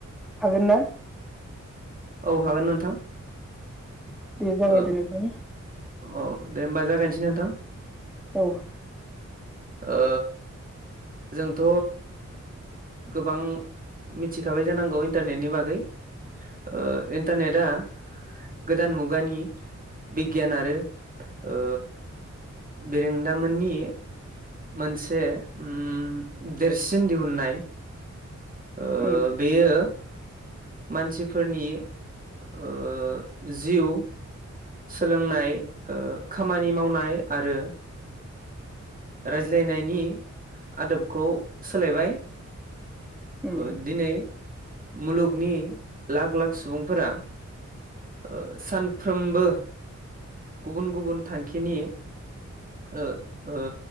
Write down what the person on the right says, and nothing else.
औ हागोन नोंथां
ओ
औ दे होमबा जागायनोसै नोंथां
ओ जोंथ' गोबां मिथिखाबाय जानांगौ इन्टारनेटनि बागै ओ इनटारनेत आ गोदान मुगानि बिगियान आरो ओ बेरेंदामोननि मोनसे उम देरसिन दिहुननाय ओ
बेयो मानसिफोरनि ओ जिउ सोलोंनाय ओ खामानि मावनाय आरो रायज्लायनायनि आदबखौ सोलायबाय
ओ दिनै मुलुगनि लाख लाख सुबुंफोरा ओ सानफ्रोमबो गुबुन गुबुन थांखिनि ओ ओ